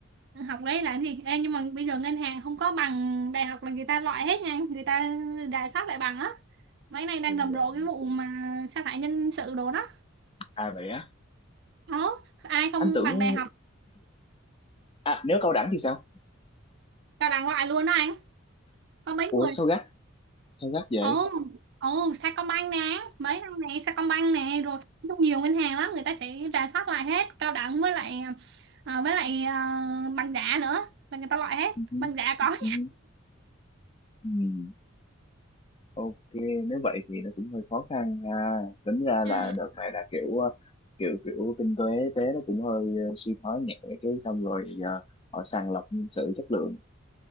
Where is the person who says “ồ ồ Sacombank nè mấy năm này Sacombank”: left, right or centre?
Right